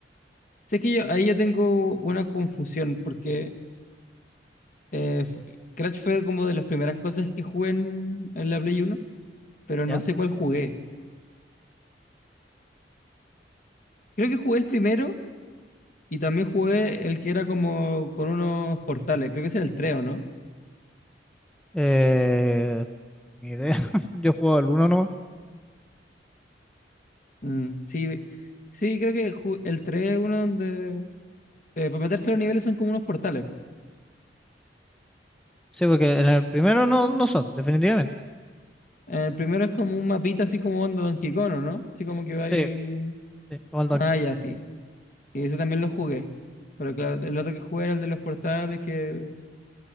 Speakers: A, on the left (about 50°); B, in the centre.
A: Sé que yo, ahí yo tengo una confusión porque eh, f- Crash fue como de las primeras cosas que jugué en, en la Play Uno, pero
B: ¿Ya?
A: no sé cuál jugué. Creo que jugué el primero y también jugué el que era como con unos portales. Creo que ese era el 3, ¿o ¿no?
B: Eh, ni idea. <laughs> Yo he jugado al uno no.
A: Mm, sí, sí, creo que ju- el 3 es uno donde... eh, para meterse a los niveles son como unos portales.
B: Sí, porque en el primero no, no son, definitivamente.
A: El primero es como un mapita así como onda Donkey Kong, ¿o ¿no? Así como que va
B: Sí,
A: ahí...
B: sí, o al Donkey.
A: Ah, ya, sí. Y ese también lo jugué. Pero claro, el otro que jugué era el de los portales que